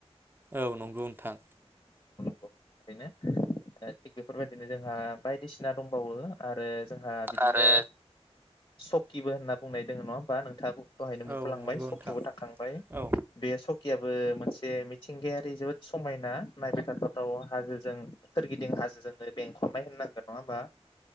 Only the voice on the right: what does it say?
औ नंगौ नोंथां।
आरो
औ
नंगौ
नोंथां
औ